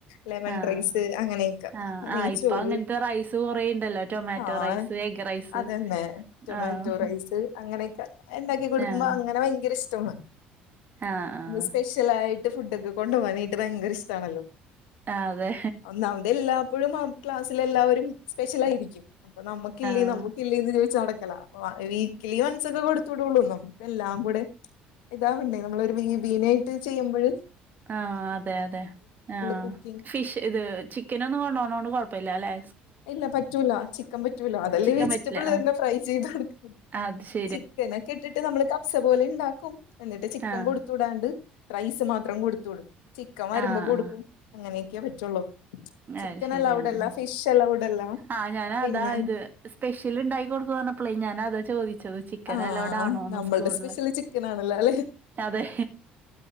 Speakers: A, on the left; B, on the right.
A: ലെമൺ
B: ആഹ്
A: റൈസ് അങ്ങനെയൊക്കെ
B: ആഹ് ആഹ്
A: നെയ്ച്ചോറ്
B: ഇപ്പൊ അങ്ങനത്തെ റൈസ് കൊറേ ഇണ്ടല്ലോ ടൊമാറ്റോ
A: ആഹ്
B: റൈസ് എഗ് റൈസ്
A: അതന്നെ ടൊമാറ്റോ
B: ആഹ്
A: റൈസ് അങ്ങനെയൊക്കെ ഇണ്ടാക്കി കൊടുക്കുമ്പോ
B: ആഹ്
A: അങ്ങനെ ഭയങ്കര ഇഷ്ടാണ്
B: ആഹ് ആഹ്
A: സ്പെഷ്യലായിട്ട് ഫുഡ്ഡൊക്കെ കൊണ്ടു പോകാനായിട്ട് ഭയങ്കര ഇഷ്ടാണല്ലോ
B: ആഹ് അതെ
A: ഒന്നാമത് എല്ലാപ്പോഴും ക്ലാസ്സിലെ എല്ലാവരും സ്പെഷ്യൽ ആയിരിക്കും അപ്പം നമ്മുക്ക് ഇല്ലേത്
B: ആഹ്
A: നമ്മുക്ക് ല്ലേന്ന് ചോദിച്ച് നടക്കലാ വീക്കലി വൺസ് ഒക്കെ കൊടുത്ത് വിടുള്ളൂ നമുക്ക് എല്ലാം കൂടെ ഇതാവണ്ടേ നമ്മൾ ഒരു മീഡിയനായിട്ട് ചെയ്യുമ്പഴ്
B: ആഹ് അതെ അതെ ആഹ്
A: കുക്കിംഗ്
B: ഫിഷ് ഇത് ചിക്കൻ ഒന്നും കൊണ്ടോണോണ്ട് കുഴപ്പില്ല അല്ലേ
A: ഇല്ല പറ്റൂല്ല ചിക്കൻ പറ്റൂല്ല അതല്ലേ
B: ചിക്കൻ
A: വെജിറ്റബിൾ
B: പറ്റില്ല ആഹ്
A: തന്നെ ഫ്രൈ ചെയ്ത് കൊടുക്ക
B: അത് ശ
A: ചിക്കൻ ഒക്കെ ഇട്ടിട്ട് നമ്മള് കപ്സ പോലെ ഇണ്ടാക്കും എന്നിട്ട് ചിക്കൻ
B: ആഹ്
A: കൊടു തുടാണ്ട് റൈസ് മാത്രം കൊടുത്ത് വിടും ചിക്കൻ വരുമ്പോ
B: ആഹ് ആഹ്
A: കൊടുക്കും അങ്ങനെയൊക്കെയേ പറ്റുള്ളൂ ചിക്കൻ
B: അത് ശരി
A: അലൗഡ്
B: ആഹ്
A: അല്ല ഫിഷ് പ്പ അലൗഡല്ല
B: ആഹ് ഞാനതാ
A: പിന്നെ
B: ഇത് സ്പെഷ്യൽ ഇണ്ടായി കൊടുത്തുന്ന് പറഞ്ഞപ്പോളേ ഞാൻ അത ചോദിച്ചത് ചിക്കൻ
A: ആഹ്
B: അലൗഡ് ആണോന്ന്
A: നമ്മൾടെ
B: സ്കൂളില്
A: സ്പെഷ്യല് ചിക്കനാണല്ലോ അല്ലെ
B: അതെ